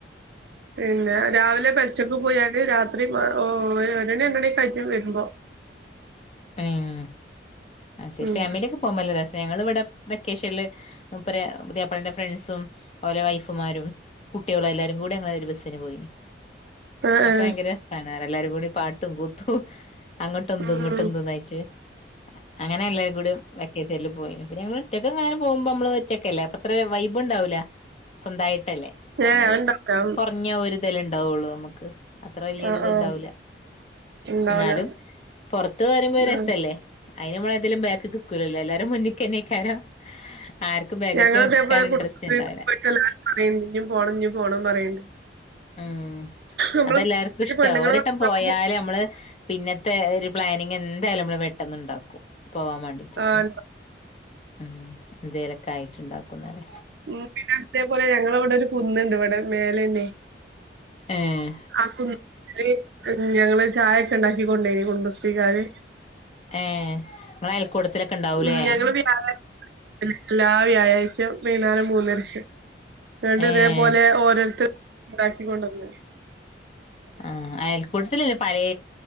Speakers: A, on the right (about 70°); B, on the left (about 35°).
A: പിന്നെ രാവിലെ പെൽച്ചക്ക് പോയാല് രാത്രി പ ഓ ഒരുമണി രണ്ട് മണി ആയിറ്റ് വരുമ്പോ.
B: ഉം ആ ശരി
A: ഉം
B: ഫാമിലിയൊക്കെ പോകുമ്പോ നല്ല രസ ഞങ്ങള് ഇവിടെ വെക്കേഷനില് മൂപ്പര് പുതിയാപ്പളന്റെ ഫ്രണ്ട്സും ഓരെ വൈഫുമാരും കുട്ടികളും എല്ലാരും കൂടി ഞങ്ങള് ഒരു ബസ്സിന് പോയിനി.
A: ആഹ്
B: അഒക്കെ ഭയങ്കരെ രസാണ് ഞങ്ങളെല്ലാരും കൂടി പാട്ടും കൂത്തും അ ട്ട്ന്ത്
A: ആഹ്
B: ഇങ്ങട്ടെന്ത്ന്നായ്ച്ചെ
A: ഉം
B: അങ്ങനെ എല്ലാരും കൂട്യും വെക്കേഷ് ല് പോയിനു പിന്നെ ഞങ്ങളൊറ്റക്ക്ങ്ങാനും പോവുമ്പമ്മള് ഒറ്റക്കല്ലേ അപ്പൊ ത്രെ വൈബ്ണ്ടാവൂല സ്വന്തായി ട്ടല്ലേ അപ്പമ്മള്
A: ഏഹ് അത്ണ്ടാവൂല
B: കാെറഞ്ഞ ഒര്തല്ലെണ്ടാവാെള്ളൂ അമ് ക്ക് അത്ര വല്യൊരിത്ണ്ടാവുല
A: ആഹ് ആഹ് ഉണ്ടാവൂല
B: ന്നാലും പൊറത്ത് വരുമ്പോ ഒരു
A: ഉം
B: രസല്ലേ അയിന് നമ്മള് ഇതിലും ബാക്കക്ക് നിക്കൂലല്ല എല്ലാരും മുന്നിക്കന്നെനിക്കാനാ ആർക്കും ബാക്കക്ക്‌
A: ഞങ്ങള് ഇതേപോലെ
B: ഇക്കാൻ ഇൻട്രസ്റ്റ്
A: കുടുംബശ്രീക്ക്
B: ഇണ്ടാവില്ല
A: പോയിട്ട് എല്ലാരും പറയ്ണ്ട് ഇഞ്ഞും പോണം ഇഞ്ഞും പോണം പറയ്ണ്ട്
B: ഉം
A: നമ്മള്
B: അതെല്ലാർക്കും ഇഷ്ടാവും
A: പെണ്ണുങ്ങള്
B: ഒരെട്ടം
A: മാത്രം
B: പോയാല് നമ്മള് പിന്നത്തെ- എ ഒരു പ്ലാനിങ് എന്തായാലും നമ്മള് പെട്ടെന്ന് ഉണ്ടാക്കും പോവാ മേണ്ടിട്ട്
A: ആഹ്
B: ഉം എന്തേലൊക്കെ ആയിട്ടുണ്ടാക്കുന്നറിയാം
A: ഉം പിന്നെ അതേപോലെ ഞങ്ങളെ ഇവിടൊരു കുന്നുണ്ട് ഇവിടെ മേലന്നെ
B: ഏഹ്
A: ആ കുന്നുമേല് ഉം ഞങ്ങള് ചായൊക്കെ ഉണ്ടാക്കിക്കൊണ്ട് പോയി കുടുംബശ്രീക്കാര്
B: ഏ മ്മള് അയ കൂടത്തിലൊക്കെ ഉണ്ടാവൂലേ
A: ഉം ഞങ്ങള് വ്യാഴാ എല്ലാ വ്യാഴാഴ്ചയും വൈക്ന്നേരം മൂന്നരക്ക് അതോണ്ട്
B: ഏഹ്
A: ഇതേപോലെ ഓരോത്തര് ഒണ്ടാക്കിക്കൊണ്ട് വന്നയാ
B: ആ അയൽക്കൂട്ടത്തിെലല്ലിയോ പഴേ